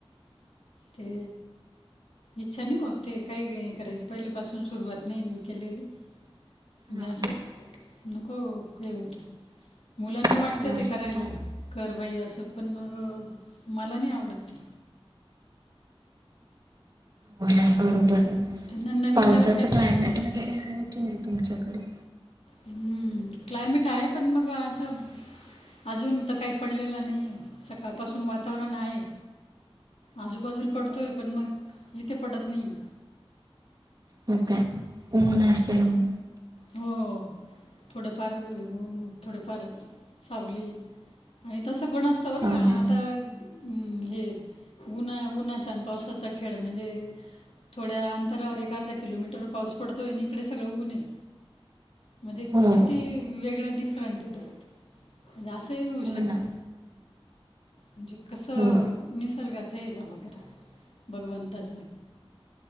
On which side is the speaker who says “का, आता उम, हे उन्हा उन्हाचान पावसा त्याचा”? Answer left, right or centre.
Left